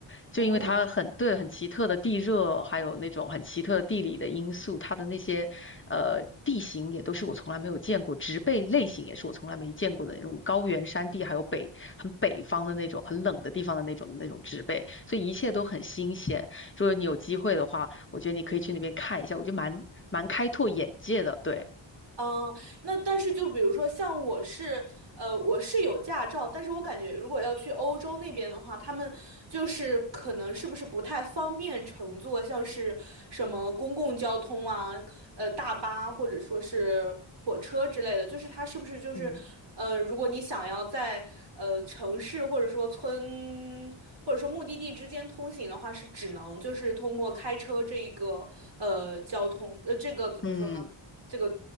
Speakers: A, on the left (about 25°); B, on the right (about 60°).
A: 就因为它很，
B: 哦，
A: 对，很奇特的地热，还有那种很奇特的地理的因素，它的那些呃地形也都是我从来没有见过，植被类型也是我从来没见过的那种高原山地，还有北很北方的那种很冷的地方的那种那种植被，所以一切都很新鲜。如果你有机会的话，我觉得你可以去那边看一下，我觉得蛮蛮开拓眼界的，对，
B: 嗯，那但是就比如说像我是，呃，我是有驾照，但是我感觉如果要去欧洲那边的话，他们就是可能是不是不太方便乘坐，像是什么公共交通啊，呃，大巴或者说是火车之类的，就是它是不是就是，
A: 嗯，
B: 呃，如果你想要在呃城市或者说村或者说目的地之间通行的话，是只能就是通过开车这一个呃交通呃这个怎么说呢？
A: 嗯。
B: 这个